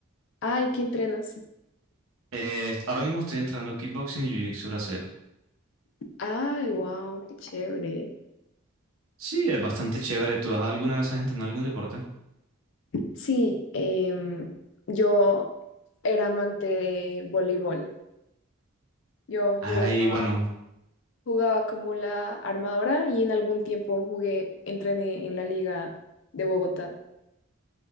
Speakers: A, on the left; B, on the right.
A: Ay, ¿qué entrenas?
B: Eh, ahora mismo estoy entrenando kickboxing y jiu-jitsu brasilero.
A: Ay, wow, qué chévere.
B: Sí, es bastante chévere. ¿Tú has- alguna vez has entrenado algún deporte?
A: Sí, em, yo era amante de voleibol. Yo jugaba,
B: Ay, bueno,
A: jugaba como la armadora y en algún tiempo jugué, entrené en la liga de Bogotá.